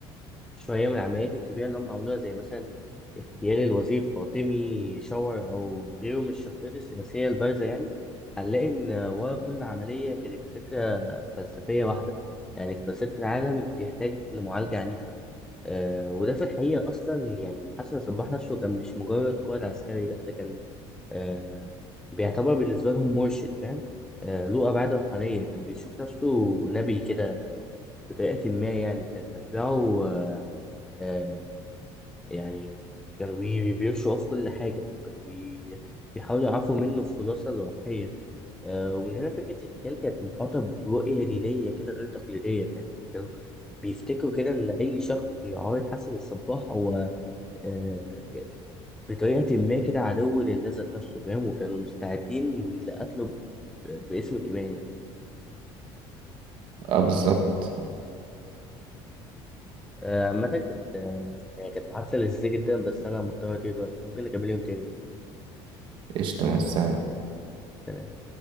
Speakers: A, in the centre; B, on the right.
A: شوية من العمليات الكبيرة اللي هم عملوها زي مثلا اغتيال الوزير فاطمي شاور أو غيره من الشخصيات السياسية البارزة يعني هنلاقي إن ورا كل عملية كانت فكرة فلسفية واحدة يعني الفساد في العالم بيحتاج لمعالجة عنيفة آه وده في الحقيقة أصلا يعني حسن صباح نفسه كان مش مجرد قائد عسكري لأ ده كان آه بيعتبر بالنسبة لهم مرشد فاهم آه له أبعاد روحانية كان بيشوف نفسه نبي كده بطريقة ما يعني وكان أتباعه آه آه، يعني كانوا بي- بيمشوا وراه في كل حاجة وكانوا بي- بيحاولوا يعرفوا منه الخلاصة الروحية آه، ومن هنا فكرة الخيال كانت محاطة برؤية دينية كده غير تقليدية فاهم يعني كانوا بيفتكروا كده إن أي شخص يعارض حسن الصباح هو آه، بطريقة ما كده عدو لله ذات نفسه فاهم وكانوا مستعدين لقتله ب- باسم الإيمان يعني
B: اه بالظبط
A: آه، عامة كانت آه، يعني كانت حادثة لذيذة جدا بس أنا مضطر أطير دلوقتي ممكن نكمل يوم تاني
B: قشطة مثلا
A: سلام.